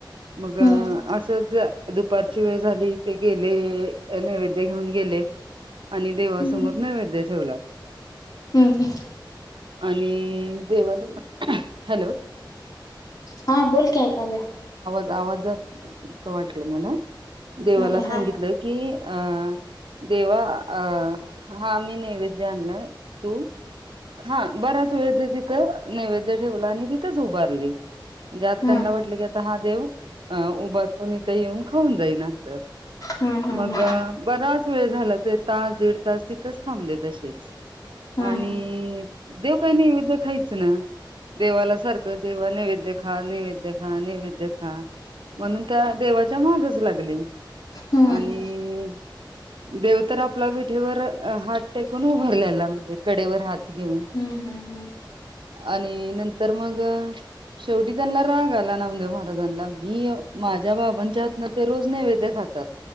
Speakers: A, on the right; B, on the left.
A: मग
B: हम्म
A: असंच दुपारची वेळ झाली ते गेले नैवेद.. ते घेऊन गेले. आणि देवासमोर
B: हम्म
A: नैवेद्य. ठेवला.
B: हम्म.
A: आणि देवाला,, हॅलो.
B: हा बोल की ऐकाले.
A: आवाजात वाटलं मला. देवाला
B: नाही नाही
A: सांगितलं
B: हा
A: की. हा. देवा अ, हा मी नैवेद्य आणलाय तू खा, बराच वेळ ते तिथं नैवेद्य ठेवला आणि तिथंच उभारले. म्हणजे आता
B: हम्म
A: त्यांना वाटलं की आता हा देव उभारून इथे येऊन खाऊन जाईन असं,
B: हम्म हम्म
A: मग बराच. वेळ झाला तर तास-दीड तास तिथंच थांबले तसेच. आणि.
B: हम्म
A: देव काय नैवेद्य. खाईच ना, देवाला सारख देवा नैवे नैवेद्य खा, नैवेद्य खा, नैवेद्य खा, म्हणून त्या देवाच्या मागच लागले.
B: हम्म
A: आणि. देव तर आपला विठेवर हात टेकून उभारलेला म्हणजे कडेवर हात. घेऊन
B: हम्म, हम्म, हम्म.
A: आणि नंतर मग शेवटी त्यांना राग आला नामदेव महाराजांना मी माझ्या बाबांच्या हातनं ते रोज नैवेद्य खातात,